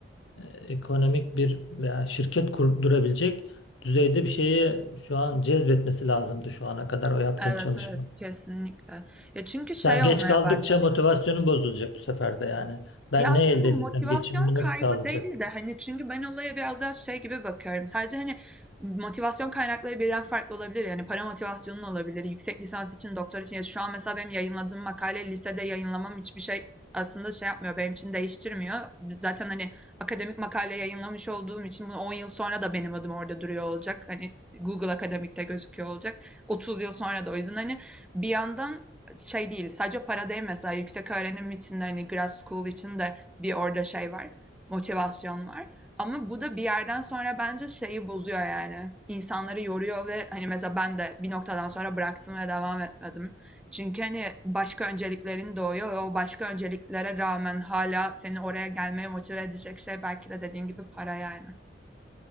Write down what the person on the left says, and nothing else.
e, ekonomik bir veya şirket kurdurabilecek düzeyde bir şeyi şu an cezbetmesi lazımdı şu ana kadar o yaptığın
çalışma.
Sen
geç
kaldıkça
motivasyonun bozulacak bu sefer de yani. Ben
ne elde
edeceğim?
Geçimimi
nasıl sağlayacak?